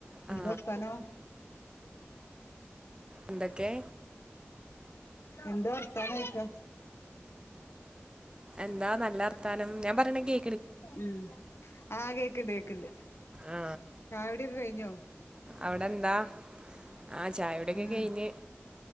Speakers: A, on the left (about 70°); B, on the right (about 20°).
A: എന്താ
B: ആ
A: വർത്താനം
B: എന്തൊക്കെ
A: എന്താ വർത്താനം ചോയിക്കാ
B: എന്താ നല്ല വർത്താനം ഞാൻ പറയണെ കേ
A: ഉം ആഹ് കേക്ക്ണ്ട് കേക്ക്ണ്ട്
B: ആ
A: ചായു ടി ഒക്കെ കഴിഞ്ഞോ
B: അവിടെ എന്താ ആഹ് ചായ കുടി ഒക്കെ
A: ആ
B: കഴിഞ്ഞ്